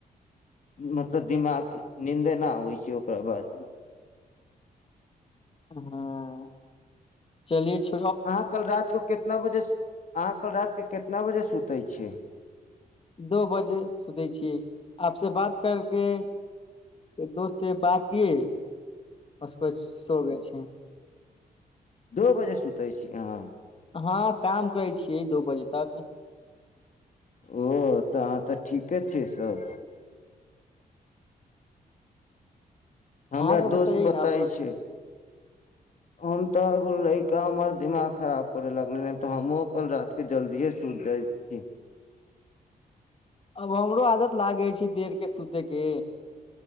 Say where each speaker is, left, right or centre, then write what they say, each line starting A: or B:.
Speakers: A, on the left (about 50°); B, on the left (about 35°).
A: मतब दिमाग नींदे नहि आबै छै ओकरा बाद
B: हँ चलिये छ
A: अहाँ कल रात को कितना बजे अहाँ कल रात के कतना कितना बजे सुतै छियै
B: दो बजे सुतै छियै आपस बात करके दोस्त से बात कए उसके बाद सो ग छै
A: दू बजे सुतै छी अहाँ
B: हँ काम करै छियै दू बजे तक
A: ओ तऽ अहाँ तऽ ठीके छै सभ हमरा
B: अहाँके
A: दोस्त
B: बतैयै
A: बताय
B: ने
A: छै हम तऽ एगो ल कऽ हमर दिमाग खराब करय लगलनि नहि तऽ हमहूँ कल रातिके जल्दिए सूति जाइत छी
B: अब हमरो आदत लागै छै देरके सुतयके